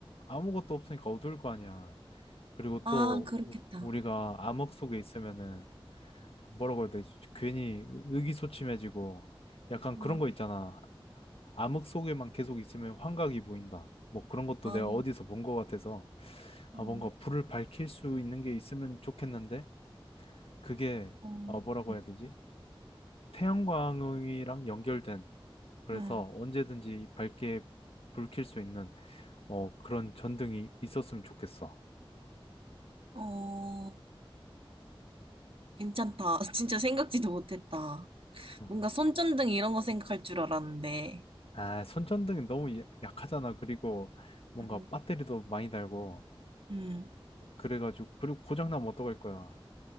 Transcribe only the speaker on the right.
아,
그렇겠다.
어.
아,
어,
어.
응,
응.
어, 괜찮다. <laughs> 진짜 생각지도 못했다.
뭔가 손전등 이런 거 생각할 줄 알았는데.
음,
음,